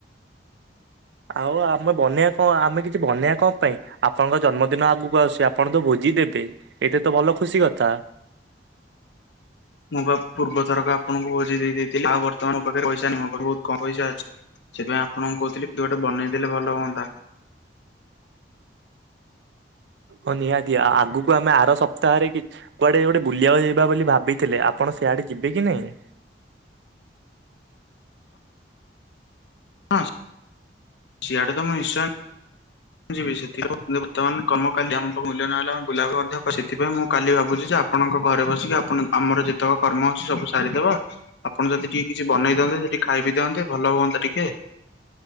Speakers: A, on the right; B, on the left.
A: ଆଉ ଆମେ ବନେଇବା କଣ ଆମେ କିଛି ବନେଇବା କଣ ପାଇଁ? ଆପଣଙ୍କ ଜନ୍ମଦିନ ଆଗକୁ ଆସୁଛି ଆପଣ ତ ଭୋଜି ଦେବେ ଏଇତେ ତ ଭଲ ଖୁସି କଥା।
B: ମୁଁ ପା ପୂର୍ବ ଥରକ ଆପଣଙ୍କୁ ଭୋଜି ଦେଇ ଦେଇଥିଲି, ଆଉ ବର୍ତ୍ତମାନ ମୋ ପାଖରେ ପଇସା ନାହିଁ ମୋ ପାଖରେ ବହୁତ କମ୍ ପଇସା ଅଛି। ସେଥିପାଇଁ ଆପଣଙ୍କୁ କହୁଥିଲି କିଏ ଗୋଟେ ବନେଇ ଦେଲେ ଭଲ ହୁଅନ୍ତା।
A: ହଁ ନିହାତି ଆ-ଆ ଆଗକୁ ଆମେ ଆର ସପ୍ତାହରେ କି କୁଆଡେ ଗୋଟେ ବୁଲିବାକୁ ଯି ଯିବା ବୋଲି ଭାବିଥିଲେ ଆପଣ ସିଆଡେ ଯିବେ କି ନାଇଁ?
B: ହଁ ସେଇଡେ ତମେ ନିଶ୍ଚୟେ ମୁଁ ଯିବି ସେଥିିରମୁଁ ବର୍ତ୍ତମାନ କମକାଡ୍ୟମର ମୂଲ୍ୟ ୟନର ବୁଲାବା ମଧ୍ୟ ପ୍ରସିଧିଥିବା ମୁଁ କାଲି ଭାବୁଛି ଆ ଆପଣ କଣ ଘରେ ବସିବେ ଆପଣ ଆମର ଯେତେକ କର୍ମ ଅଛି ସବୁ ସାରିଦେବା। ଆପଣ ଯଦି ଟିକେ କିଛି ବନେଇ ଦିଅନ୍ତେ ସେଠି ଖାଇବି। ଭଲ ହୁଅନ୍ତା ଟିକିଏ